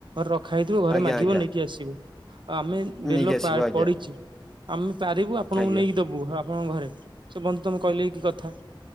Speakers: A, on the right; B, in the centre.
A: ରଖା ହେଇଥିବ ଘରେ
B: ଆଜ୍ଞା
A: ମାଗିବ
B: ଆଜ୍ଞା
A: ନେଇକି ଆସିବ, ଆମେ ବେଲ
B: ନେଇକି ଆସିବ
A: ପଡିଚି।
B: ଆଜ୍ଞା
A: ଆମେ ପାରିବୁ ଆପଣଙ୍କୁ
B: ଆଜ୍ଞା
A: ନେଇକି ଦେବୁ ଆପଣଙ୍କ ଘରେ ସେ ବନ୍ଧୁ ତମେ କହିଲେ ଏ କି କଥା।